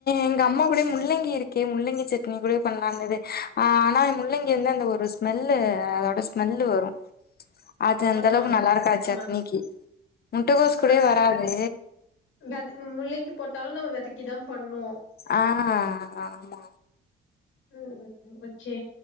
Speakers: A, on the left (about 50°); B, on the left (about 80°).
A: எங்க அம்மா கூடய முள்ளங்கி இருக்கே முள்ளங்கி சட்னி கூட பண்ணலா இருந்தது ஆ ஆனா முள்ளங்கி வந்து அந்த ஒரு ஸ் ஸ்மெல்லு அதோட ஸ்மெல்லு வரு
B: <inaudible>
A: அது அந்த
B: ஆமா
A: அளவுக்கு நல்லா இருக்காது
B: ஆமா
A: சட்னிக்கு முட்டைகோஸ்
B: ஆ
A: கூட வராது
B: வெத முள்ளலைங்கி போட்டாலு நம்ம வெதக்கிதா பண்னு
A: ஆ ஆமா
B: ம் ஓகே